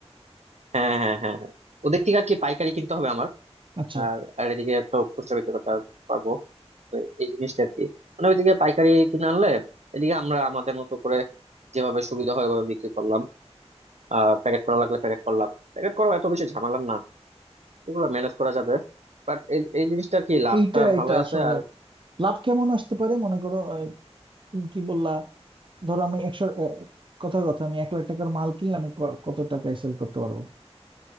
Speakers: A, on the right; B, on the right.
A: হ্যাঁ হ্যাঁ হ্যাঁ হ্যাঁ ওদের থেকে আর কি পাইকারি কিনতে হবে আমার
B: আচ্ছা
A: আর আর এদিকে তো খুচরা বিক্রি করতে পারবো তো এই জিনিসটা আর কি মানে ওইদিকে পাইকারি কিনে আনলে এদিকে আমরা আমাদের মতো করে যেভাবে সুবিধা হয় ওভাবে বিক্রি করলাম আহ প্যাকেট করা লাগলে প্যাকেট করলাম প্যাকেট করা এত বেশি ঝামেলার না এগুলো ম্যানেজ করা যাবে বাট এই এই জিনিসটা কি লাভটা
B: এইটা
A: ভালো
B: এটা
A: আছে
B: আসলে
A: আর
B: লাভ কেমন আসতে পারে মনে করো আহ, তুমি কি বললা ধরো আমি একশো কথা কথা আমি এক লাখ টাকার মাল কিনলে আমি ক- কত টাকায় সেল করতে পারবো